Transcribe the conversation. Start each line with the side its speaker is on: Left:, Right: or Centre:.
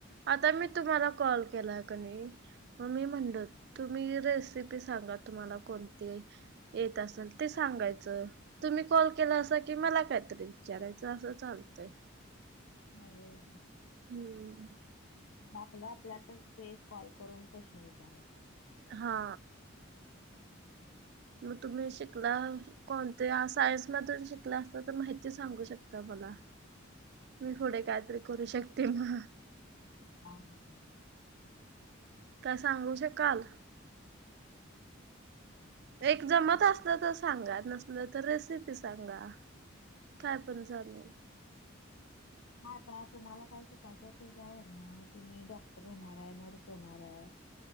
Right: आता मी तुम्हाला कॉल केला का नाही मग मी म्हणलं
Left: हम्म.
Right: तुम्ही रेसिपी सांगा तुम्हाला कोणती येत असेल ते सांगायचं. तुम्ही कॉल केला अस की मला कायतरी विचारायचं असं चालतय.
Left: <unintelligible> नाही व
Right: हम्म
Left: आपल्या आपल्यातच ते कॉल करून प्रश्न विचारायचे.
Right: हा.
Left: हम् ह ह.
Right: मग तुम्ही शिकला कोणत्या सायन्स मधून शिकल्या असता तर माहिती सांगू शकता मला.
Left: हा
Right: मी
Left: हा.
Right: पुढे कायतरी करू शकते मग.
Left: हा हा हा.
Right: काय सांगू शकाल? एक
Left: असं
Right: जमत
Left: काय नाही.
Right: असलं सांगा नसल तर रेसिपी सांगा काय पण चालेल?
Left: हा आता तुम्हाला काय शिकायचंय त्याच्यावर ना तुम्ही डॉक्टर होणार आहे. नर्स होणार आहे.